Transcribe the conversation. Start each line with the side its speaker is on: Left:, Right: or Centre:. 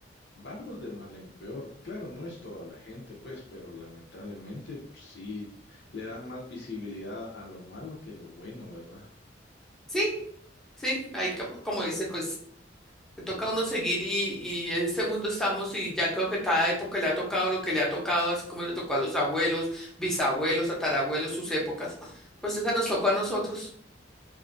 Left: Vamos de mal en peor. Claro, no es toda la gente, pues, pero lamentablemente sí le da más visibilidad a lo malo que lo bueno, ¿verdad?
Centre: Sí, sí, ahí como, como dice, pues le toca a uno seguir y, y en este mundo estamos y ya creo que cada época le ha tocado lo que le ha tocado, así como le tocó a los abuelos, bisabuelos, tatarabuelos, sus épocas. Pues esa nos tocó a nosotros.